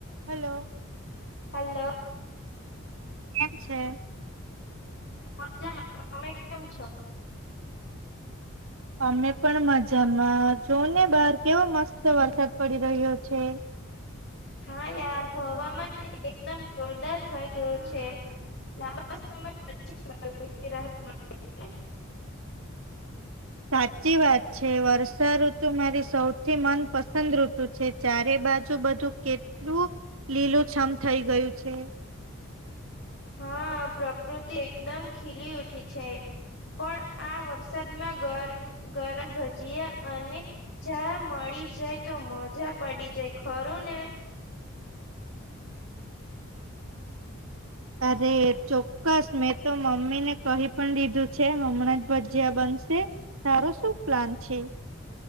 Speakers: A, on the right; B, on the left.
A: Hello
B: hello
A: કેમ છે
B: મજ્જામાં તમે કેમ છો
A: અમે પણ મજામાં જો ને બહાર કેવો મસ્ત વરસાદ પડી રહ્યો છે <unintelligible>
B: હા યાર હવામાં એકદમ જોરદાર થઈ ગયો છે લાંબા સમય પછી. રાહતને મળે ને
A: સાચી વાત છે વર્ષા ઋતુ મારી સૌથી મનપસંદ ઋતુ છે ચારે બાજુ બધું કેટલું લીલુંછમ થઈ ગયું છે.
B: હા પ્રકૃતિ એકદમ ખીલી ઉઠી છે. પણ આ વરસાદમાં ગરમ ગરમ ભજીયા અને ચા મળી જાય તો મજા પડી જાય ખરું ને
A: અરે ચોક્કસ મેં તો મમ્મીને કહી પણ દીધું છે હમણાં જ ભજીયા બ સે તારો શું પ્લાન છે.